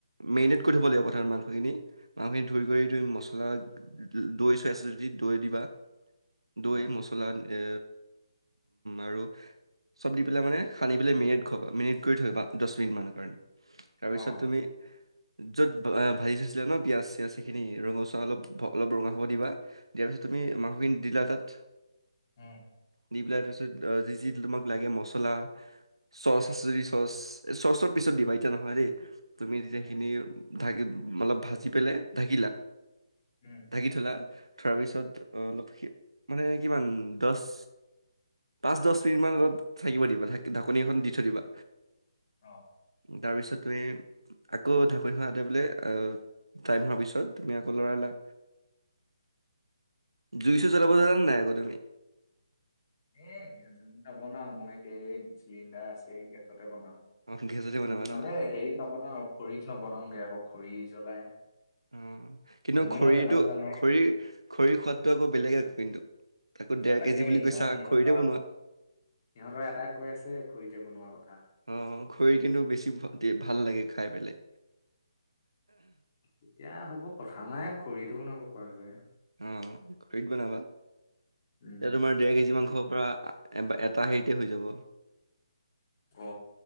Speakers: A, on the right (about 75°); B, on the left (about 35°).
A: মেৰিনেট কৰি থ'ব লাগিব প্ৰথমত মাংসখিনি মাংসখিনি ধুই গৈ ধুই মছলা দৈ চৈ আছে যদি দৈ দিবা, দৈ
B: অ
A: মছলা এ আৰু চব দি পেলাই মানে সানি পেলাই মেৰিনেট কৰিবা মেৰিনেট কৰি থ'বা। দহ মিনিট মানৰ কাৰণে। তাৰপিছত
B: অ
A: তুমি য'ত ভাজি থৈছিলা ন পিয়াজ চিয়াঁজখিনি ৰঙচুৱা অলপ অলপ ৰঙা হ'ব দিবা। দিয়াৰ পিছত তুমি মাংসখিনি দিলা তাত।
B: উম।
A: দি পেলাই তাৰপিছত যি যি তোমাক লাগে মছলা চচ আছে যদি চচ। চচটো পিছত দিবা এতিয়া নহয় দেই তুমি তেতিয়া সেইখিনি
B: উম
A: ঢাকি অলপ ভাজি পেলাই ঢাকিলা।
B: উম।
A: ঢাকি থ'লা, থোৱাৰ পিছত অলপ মানে কিমান দহ পাঁচ দহ মিনিটমান অলপ থাকিব দিবা ঢা-ঢাকনি এখন দি থৈ দিবা।
B: অ'।
A: তাৰপিছত তুমি আকৌ ঢাকনিখন আটৰাই‌ পেলাই টাইম হোৱাৰ পিছত তুমি আকৌ লৰালা। জুই চুই জ্বলাব জানানে আকৌ তুমি?
B: এ নবনাও মই এতিয়া, এই‌ চিলিণ্ডাৰ আছে গেছতে বনাম।
A: অ গেছতে বনাবা
B: জুই
A: ন?
B: মানে হেৰিত নবনাওঁ খৰিত নবনাওঁগে আকৌ খৰি জ্বলাই।
A: উম, কিন্তু
B: এনেই
A: খৰিটো
B: মই জনাতো জানো
A: খৰিৰ খৰিৰ সোৱাদটো আকৌ বেলেগ আকৌ কিন্তু। আকৌ ডেৰ
B: অ তাকে
A: কেজি বুলি
B: ইহঁত
A: কৈছা
B: ইহঁতৰ
A: খৰিতে বনোৱা।
B: ইহঁতৰ এটাই কৈ আছে খৰিতে বনোৱাৰ কথা।
A: অ, খৰিৰ কিন্তু বেছি ভাল লাগে, খাই পেলাই।
B: এতিয়া হ'ব কথা নাই খৰিটো বনাব পৰা যায়।
A: অ, খৰিত বনাবা,
B: উম
A: এতিয়া তোমাৰ ডেৰ কেজি
B: সেইটোৱে
A: মাংসৰ পৰা এবাৰ এটা হেৰিতে হৈ যাব।
B: অ,